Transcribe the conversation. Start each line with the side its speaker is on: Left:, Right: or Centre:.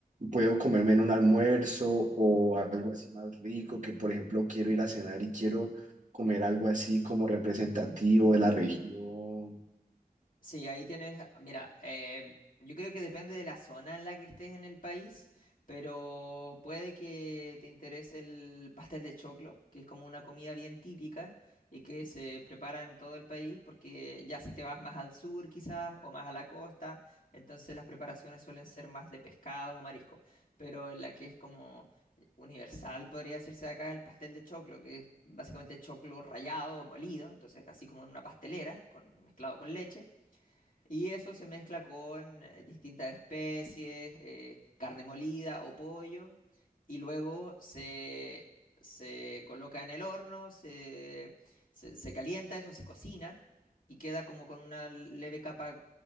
Right: puedo comerme en un almuerzo o algo así más rico, que por ejemplo quiero ir a cenar y quiero comer algo así como representativo de la región.
Left: Sí, ahí tienes, mira, eh, yo creo que depende de la zona en la que estés en el país, pero puede que te interese el pastel de choclo, que es como una comida bien típica y que se prepara en todo el país, porque ya si te vas más al sur quizás o más a la costa, entonces las preparaciones suelen ser más de pescados o mariscos, pero en la que es como universal, podría decirse de acá, el pastel de choclo, que es básicamente choclo rallado, molido, entonces así como en una pastelera, con, mezclado con leche. Y eso se mezcla con eh, distintas especies, eh, carne molida o pollo, y luego se, se coloca en el horno, se, se- se calienta, eso se cocina y queda como con una leve capa